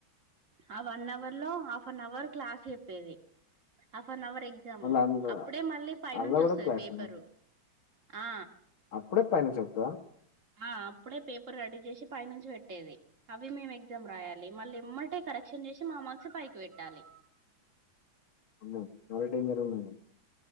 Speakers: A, on the right; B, on the left.
A: ఆ వన్ అవర్ లో half half an hour class చెప్పేది న్ అవర్ ఎగ్జాము
B: మళ్ళీ అందులో
A: అప్పుడే మళ్ళీ పైనుంచి
B: కూడా
A: వస్తుంది
B: క్లాస్
A: పేపరు ఆ
B: అప్పుడే పైనా చెత
A: ఆ అప్పుడే పేపర్ రెడీ చేసి పై నుంచి పెట్టేది అవి మేము ఎగ్జామ్ రాయాలి మళ్ళీ మమ్మటే కరెక్షన్ చేసి మా మార్క్స్ పైకి పెట్టాలి
B: అమో మళ్ళీ టీం లీడర్ గా ఉండను